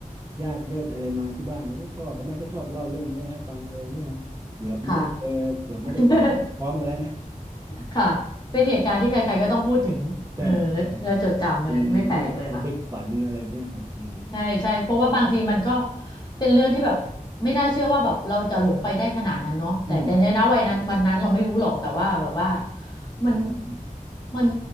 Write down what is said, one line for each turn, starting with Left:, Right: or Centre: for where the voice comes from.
Right: ญาติเยอะอะไรมาที่บ้านเอ้ยพ่อกับแม่ก็ชอบเล่าเรื่องเนี้ยให้ฟังเออเนี่ยเกือบไม่ได้เจอเกือบไม่ได้กลับพร้อมกันแล้วนะ
Left: ค่ะ <laughs> ค่ะเป็นเหตุการณ์ที่ใครๆก็ต้องพูดถึงเออและและจดจำเลยไม่แปลกเลยค่ะ
Right: ใช่ใช่ใช่เป็นเรื่องระทึกขวัญอะไรเงี้ยครับอืม
Left: ใช่ใช่เพราะว่าบางทีมันก็เป็นเรื่องที่แบบไม่น่าเชื่อว่าแบบเราจะหลงไปได้ขนาดนั้นเนาะแต่แต่ในนะวัยนั้นวันนั้นเราไม่รู้หรอกแต่ว่าแบบว่า
Right: อืม
Left: มัน
Right: อืม
Left: มัน